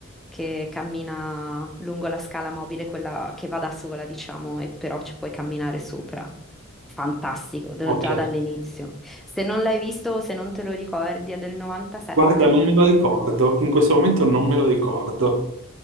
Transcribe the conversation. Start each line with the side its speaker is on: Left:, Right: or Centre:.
Centre: che cammina lungo la scala mobile, quella che va da sola, diciamo, e però ci puoi camminare sopra. Fantastico, da-
Right: ok.
Centre: già dall'inizio. Se non l'hai visto o se non te lo ricordi, è del 97
Right: Guarda, non me lo ricordo. In questo momento non me lo ricordo.